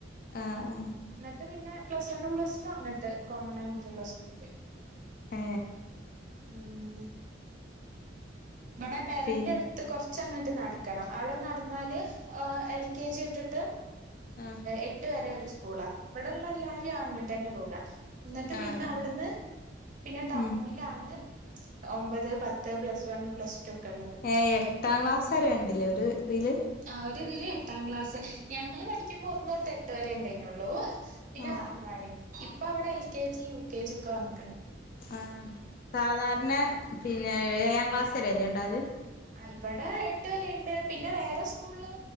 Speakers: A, on the left (about 50°); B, on the right (about 45°).
A: ആഹ് ആഹ്
B: ത് പിന്നെ പ്ലസ് വണ്ണും പ്ലസ് ടും അങ്ങോട്ട് കോമണായിട്ടുള്ള സ്കൂളിൽ പോയി
A: ഏ
B: ആഹ് ഇവിടെ പെരന്റെടുത്ത്
A: പി
B: കൊറച്ചങ്ങ നടക്കണം അവിടെ നടന്നാല് അഹ് എൽ കെ ജി വിട്ടിട്ട്
A: ആഹ്
B: എട്ട് വരെ ഒരു സ്കൂളാ ഇവിടെയുള്ള എല്ലാരും അങ്ങോട്ട് തന്നെ പോക എന്നിട്ട്
A: ആഹ്
B: പിന്നെ
A: ആഹ്
B: അവിടുന്ന് പിന്നെ ടൗണിലാണ്
A: ഉം
B: ഒമ്പത് പത്ത് പ്ലസ് വൺ പ്ലസ് ടു ഒക്കെ ഉള്ളത്
A: ഏ എട്ടാം ക്ലാസ് വരെ ഉണ്ടില്ലേ ഒരു ഇതില്
B: ആ ഒരുതില് എട്ടാം ക്ലാസ് ഞങ്ങള് പഠിക്കുമ്പോ ഒന്നൊട്ട് എട്ട് വരെ ഉണ്ടന്നുള്ളൂ പിന്നെ
A: ആഹ്
B: വാൽവാടി ഇപ്പൊ അവിടെ L K G U K G ഒക്കെ വന്നിക്കണ്
A: ആ സാധാരണ പിന്നെ ഏഴാം ക്ലാസ് വരെല്ലേ ഉണ്ടാല്
B: അഹ് ഇവിടെ എട്ട് വരെ ഉണ്ട് പിന്നെ വേറെ സ്കൂളില്